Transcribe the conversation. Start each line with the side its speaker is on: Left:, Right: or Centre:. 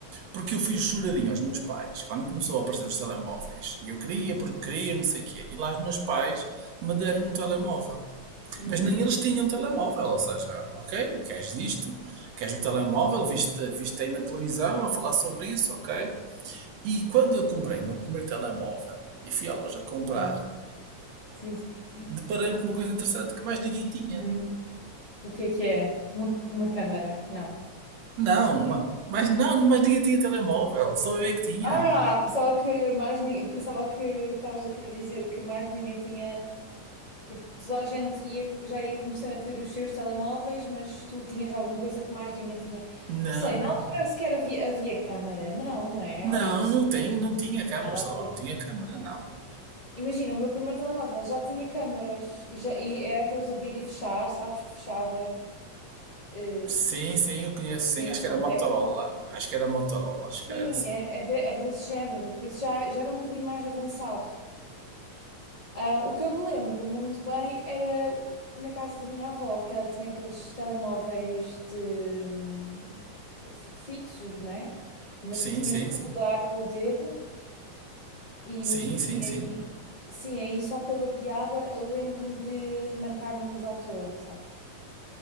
Right: Porque eu fiz juradinho aos meus pais quando começou a aparecer os telemóveis. E eu queria, porque queria, não sei o quê. E lá os meus pais me deram um telemóvel.
Left: Uhum.
Right: Mas nem eles tinham telemóvel. Ou seja, ok, queres isto? Queres o telemóvel? Viste, viste aí na televisão a falar sobre isso? Ok. E quando eu comprei o meu primeiro telemóvel e fui à loja comprar,
Left: Sim. Sim, sim.
Right: deparei-me com uma coisa interessante que mais ninguém tinha.
Left: Uhum. O que é que é? Uma, uma câmara? Não.
Right: Não, ma- mas não, mas ninguém tinha telemóvel, só eu é que tinha.
Left: Ah, pensava que mais ni- pensava que estavas a querer dizer que mais ninguém tinha, tipo, toda a gente ia, já ia começando a ter os seus telemóveis, mas tu tinhas alguma coisa que mais ninguém tinha.
Right: Não,
Left: Não sei, na altura sequer havia, havia câmara. Não, não é?
Right: não,
Left: Oh, impossível.
Right: não tem, não tinha câmara,
Left: Nada
Right: só
Left: a ver.
Right: não, não tinha câmara,
Left: É.
Right: não.
Left: Imagina, o meu primeiro telemóvel já tinha câmaras e, já, e era aqueles abrir e fechar, sabes que fechava eh,
Right: Sim, sim, eu conheço, sim,
Left: sim,
Right: acho
Left: com
Right: que era Motorola,
Left: teclas.
Right: acho que era Motorola, acho que
Left: Sim,
Right: era assim.
Left: é, é, de- é desse género, por isso já, já era um bocadinho mais avançado. Ah, o que eu me lembro muito bem era na casa da minha avó, que ela tinha aqueles telemóveis de, hum, fi- fixos, não é? Mas
Right: Sim,
Left: que tinhas
Right: sim,
Left: que
Right: sim,
Left: rodar com o dedo e,
Right: sim, sim,
Left: e
Right: sim,
Left: aí, sim, aí só pela piada eu lembro-me de marcar números à toa, sabes?